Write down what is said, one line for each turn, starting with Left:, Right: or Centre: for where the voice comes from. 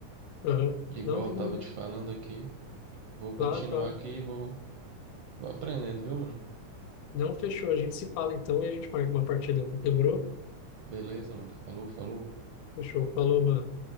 Left: uhum.
Right: Igual
Left: Não, demorou.
Right: eu tava te falando aqui. Vou
Left: Claro,
Right: continuar
Left: claro.
Right: aqui e vou, vou aprendendo, viu, mano?
Left: Não, fechou. A gente se fala então e a gente marca uma partida. Demorou?
Right: Beleza, mano. Falou, falou.
Left: Fechou. Falou, mano.